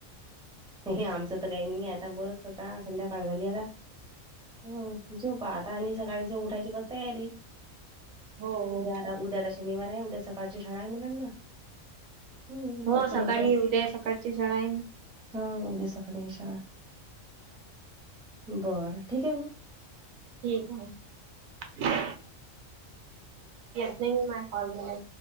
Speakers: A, in the centre; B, on the right (about 85°).
A: नाही आमचं तर काही नाही आहे आता बस आ संध्याकाळ झाली आता हम्म झोपा आता आणि सकाळच उठायची बसता यारी
B: हो हो
A: उद्या आता उद्या त शनिवार आहे उद्या सकाळची शाळा आहे मुलांना हम्म
B: हो
A: पटकन
B: सकाळी
A: उठाय
B: उद्या सकाळची शाळा आहे
A: हा उद्या सकाळी शाळा बर ठीक आहे मग
B: ठीक आहे त नाही मी म कॉलणार